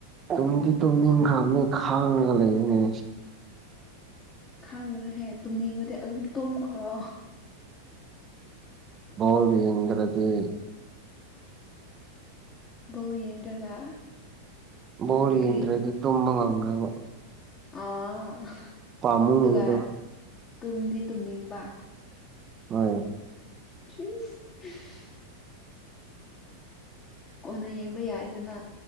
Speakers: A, on the right (about 25°); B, on the left (about 25°).
A: ꯇꯨꯡꯗꯤ ꯇꯨꯝ ꯅꯤꯡꯈ꯭ꯔꯕꯅꯦ ꯈꯥꯡꯉꯒ ꯂꯩꯅꯦ
B: ꯈꯥꯡꯕꯅꯨ ꯍꯦ ꯇꯨꯝꯅꯤꯡꯕꯗꯤ ꯑꯗꯨꯝ ꯇꯨꯝꯈ꯭ꯔꯣ
A: ꯕꯣꯜ ꯌꯦꯡꯗꯔ꯭ꯥꯗꯤ
B: ꯕꯣꯜ ꯌꯦꯡꯗ꯭ꯔꯒ
A: ꯕꯣꯜ ꯌꯦꯡꯗ꯭ꯔꯗꯤ
B: ꯀꯔꯤ
A: ꯇꯨꯝꯕ ꯉꯝꯗꯦꯕ
B: ꯑꯥ
A: ꯄꯥꯝꯃꯨꯕꯗꯣ
B: ꯑꯗꯨꯒ ꯇꯨꯝꯗꯤ ꯇꯨꯝꯅꯤꯡꯕ
A: ꯍꯣꯏ
B: ꯆꯤꯁ <unintelligible> ꯀꯣꯟꯅ ꯌꯦꯡꯕ ꯌꯥꯏꯗꯅ